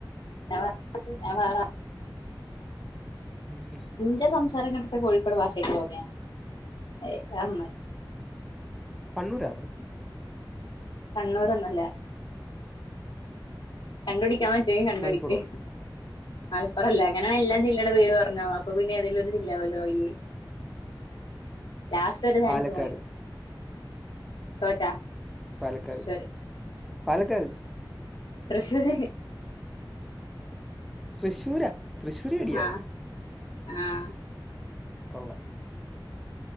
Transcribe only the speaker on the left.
ഞാൻ വേറെ ഞാൻ വേറാളാ.
എന്റെ സംസാരം കേട്ടിട്ട് കോഴിക്കോട് ഭാഷയായിട്ട് തോന്നിയ ഏയ് അത് നന്നായി.
കണ്ണൂരോന്നു അല്ല. കണ്ടുപിടിക്കാൻ പറ്റോങ്കി കണ്ടു
പിടിക്ക്‌ മലപ്പുറം അല്ല അങ്ങനെ എല്ലാ ജില്ലക കളെ പേര് പറഞ്ഞോ അപ്പ പിന്നെ ഏതെലും ഒരു ജില്ല ആവുല്ലോ ആയില് ലാസ് റ്റ് ഒരു ചാൻസ്
കൂടി തോറ്റാ.
തൃശ്ശൂര്
തൃശ്ശൂര്.
ആഹ് ആഹ്.